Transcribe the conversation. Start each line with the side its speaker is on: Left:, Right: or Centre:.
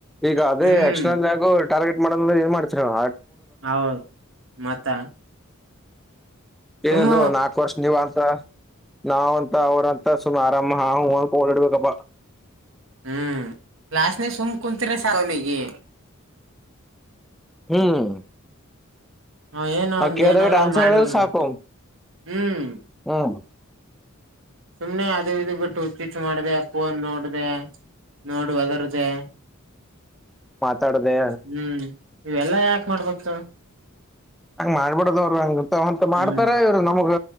Centre: ಈಗ ಅದೇ
Right: ಹ್ಮ್
Centre: ಎಕ್ಸ್ಟ್ರಾರ್ನಲ್ ನಾಗು. ಟಾರ್ಗೆಟ್ ಮಾಡಿಲ್ಲದೆ ಏನ್ ಮಾಡ್ತೀರಿ ಹೇಳು
Right: ಹೌದ್ ಮತ್ತ ಸುಮ್ಮ
Centre: ಏನದು ನಾಲ್ಕು ವರ್ಷ ನೀವ್ ಅಂತಾ ನಾವಂತ್ ಅವ್ರಂತ್ ಸುಮ್ಮ ಆರಾಮ ಅವ ಬೋರ್ಡ್ ಹೊಡಿಬೇಕ್ ಗಬ
Right: ಹ್ಮ್ ಕ್ಲಾಸ್ ನಾಗ್ ಸುಮ್ ಕುಂತರ ಸಾಕ್ ಅವನಿಗೆ
Centre: ಹ್ಮ್
Right: ಹ ಏನ
Centre: ಆ
Right: ಒಂದ
Centre: ಕೇಳ್ದಾಗ
Right: ಏನರ ಒಂದ್
Centre: ಆನ್ಸರ್
Right: ಮಾಡಿ
Centre: ಹೇಳಿದ್ರೆ
Right: ಹೋಗ್ಬಿಡ್ತ
Centre: ಸಾಕು
Right: ಹ್ಮ್
Centre: ಹ್ಮ್
Right: ಸುಮ್ನೆ ಅದು ಇದು ಬಿಟ್ಟು ಹುಚ್ಚುಚ್ಚು ಮಾಡಿದೆ ಫೊನ್ ನೋಡಿದೆ. ನೋಡುವ ಅದರ್ರ್ದೇ
Centre: ಮಾತಾಡದೆ
Right: ಹ್ಮ್ ಇವೆಲ್ಲಾ ಯಾಕ ಮಾಡ್ಬೇಕಕ್ತ ಹೇಳು
Centre: ಹಂಗ್ ಮಾಡ್ಬಿಡದವ್ರ ಹಂಗಂತ ಮಾಡ್ತಾರ
Right: ಹ್ಮ್
Centre: ಇವ್ರು ನಮಗ್